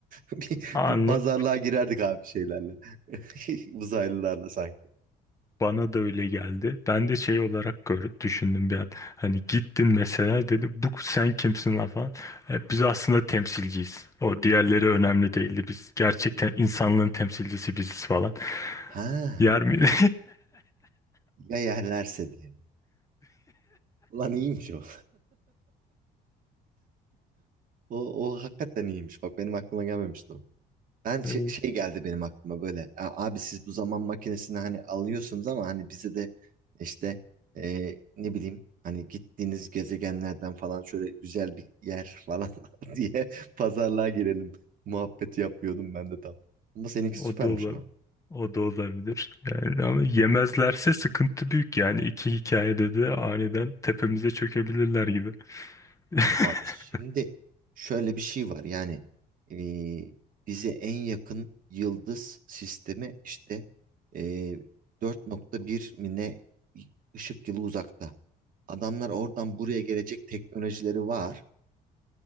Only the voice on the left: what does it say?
Anla.
Bana da öyle geldi. Ben de şey olarak görüp düşündüm bir an. Hani gittin mesela dedi bu sen kimsin lan falan. E, biz aslında temsilciyiz. O diğerleri önemli değildi. Biz gerçekten insanlığın temsilcisi biziz falan.
Yer miydi?
<laughs>
O
da ola-
O da olabilir. Yani ama yemezlerse sıkıntı büyük yani. iki hikayede de aniden tepemize çökebilirler gibi. <laughs>